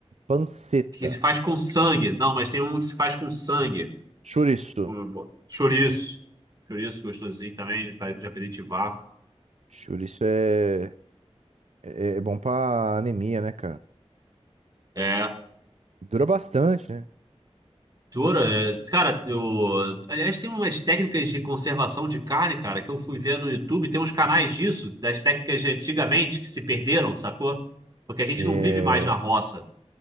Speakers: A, on the right (about 85°); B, on the right (about 35°).
A: panceta.
B: Que se faz com sangue. Não, mas tem um que se faz com sangue.
A: Chouriço.
B: Pô, pô. Chouriço. Chouriço gostosinho também, pra- de aperitivar.
A: Chouriço é, é, é bom pra anemia, né, cara?
B: É.
A: Dura bastante, né?
B: Tura, é, cara, eu, aliás, tem umas técnicas de conservação de carne, cara, que eu fui ver no YouTube. Tem uns canais disso, das técnicas de antigamente que se perderam, sacou? Porque a gente
A: É...
B: não vive mais na roça.